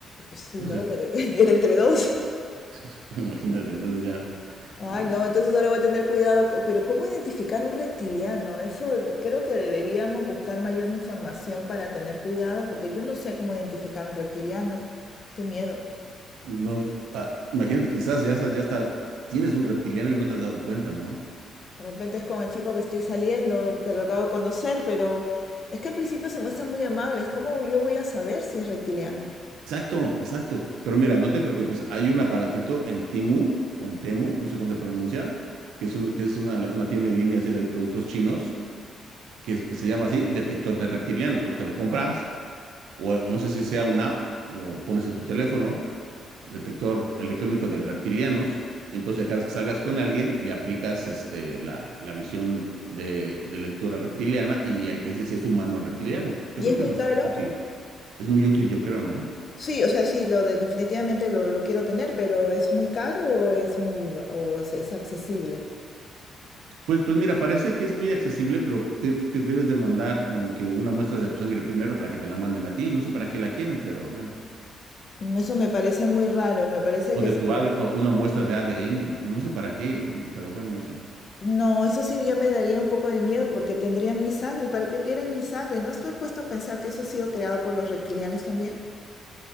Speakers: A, on the left; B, on the right.
A: Pues sí,
B: Entonces,
A: ¿no? <laughs> Era entre dos.
B: <laughs> imagínate, entonces ya,
A: Ay,
B: eh,
A: no, entonces ahora voy a tener cuidado. co- Pero ¿cómo identificar un reptiliano? Eso creo que deberíamos buscar mayor información para tener cuidado, porque yo no sé cómo identificar un reptiliano. Qué miedo.
B: no, no, ah, imagínate, quizás ya está, ya está, tienes un reptiliano y no te has dado cuenta, ¿no?
A: De repente es con el chico que estoy saliendo, que lo acabo de conocer, pero es que al principio se muestran muy amables. ¿Cómo yo voy a saber si es reptiliano?
B: Exacto, exacto. Pero mira, no te preocupes, hay un aparatito en Timu o en Temu, no sé cómo se pronuncia, que es, un- que es una, una tienda en línea así de productos chinos, que, es- que se llama así, detector de reptilianos. Entonces te lo compras, o, o no sé si sea una app, lo pones en tu teléfono, detector electrónico de reptilianos, y entonces cada vez que salgas con alguien, le aplicas este, la, la visión de, de lectura reptiliana y ahí te dice si es humano o reptiliano. Yo
A: ¿Y
B: creo
A: es
B: que
A: muy
B: es bastante
A: caro?
B: útil, es muy útil, yo creo, ¿no?
A: Sí, o sea, sí, lo de- definitivamente lo, lo quiero tener, pero ¿es muy caro o es muy, ba- o es es accesible?
B: Pues, pues mira, parece que es muy accesible, pero te, te debes de mandar como que una muestra de tu sangre primero para que te la manden a ti. No sé para qué la quieren, pero bueno.
A: Eso me parece muy raro, me parece
B: O
A: que
B: de
A: sí.
B: tu AD, o una muestra de ADN, o no sé para qué, ¿no? Pero bueno, o sea.
A: No, eso sí ya me daría un poco de miedo porque tendrían mi sangre. ¿Y para qué quieren mi sangre? ¿No estoy puesto a pensar que eso ha sido creado por los reptilianos también?